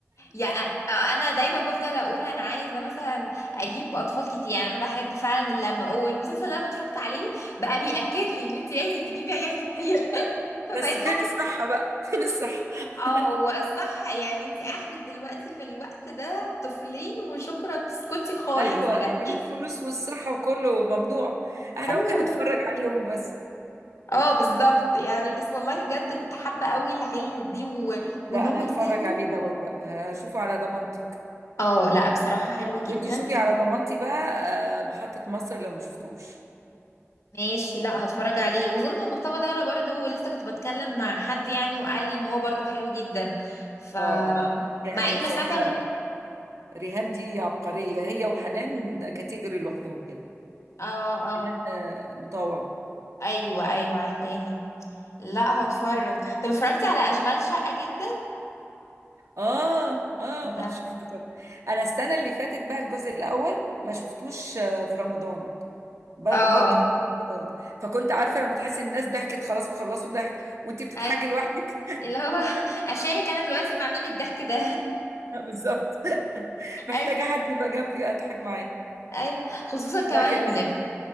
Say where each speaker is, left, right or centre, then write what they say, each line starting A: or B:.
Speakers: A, on the left; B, on the right.
A: يا انا انا دايما بفضل اقول انا عايزه مثلا اجيب اطفال كتير يعني انا بحب فعلا اللمه والمسلسل اللي انا اتفرجت عليه بقى بياكد لي ان انت لازم تجيبي عيال كتير <laughs> فبقيت
B: بس
A: حاسه
B: فين الصحة بقى فين الصحة
A: اه
B: <laughs>
A: هو الصح يعني انت اخرك دلوقتي في الوقت ده طفلين وشكرا تسكتي خالص
B: ايوه
A: يعني
B: الفلوس والصحة وكله ممنوع احنا
A: ايوه
B: ممكن نتفرج عليهم بس
A: اه بالظبط يعني بس والله بجد كنت حابه قوي العيله دي و...
B: لا
A: وان هم
B: انا هتفرج
A: كتير
B: عليه دوت بقى هشوفه على ضمانتك
A: اه لا بصراحه حلوه جدا
B: وانت شوفي على ضمانتي بقى آه، محطة مصر لو ما شفتوش
A: ماشي لا هتفرج عليه وظلم المصطبة ده ولا برضو لسه كنت بتكلم مع حد يعني وقال لي ان هو برضو حلو جدا ف اه
B: اه اه هي
A: مع اني
B: هي بصراحة
A: ما سمعت حلو اه صح
B: ريهام دي عبقرية هي وحنان كاتيجوري لوحدهم كده
A: اه
B: حنان آه، مطوع
A: ايوه ايوه عارفاها لا هتفرج طب اتفرجت على اشغال شقة جدا
B: اه اه
A: ده
B: اه <laughs> شفت طب انا السنة اللي فاتت بقى الجزء الاول ما شفتوش آه، في رمضان بر-
A: اه
B: برضه بعد رمضان فكنت عارفة لما تحسي الناس ضحكت خلاص وخلصوا ضحك وانتي بتضحكي
A: ايوه
B: لوحدك
A: اللي هو <laughs> اشارك انا دلوقتي مع مين الضحك ده
B: <laughs> بالظبط <laughs>
A: <laughs>
B: محتاجة
A: ايوه
B: حد يبقى جنبي اضحك معاه
A: ايوه خصوصا كمان
B: لا كان لذيذ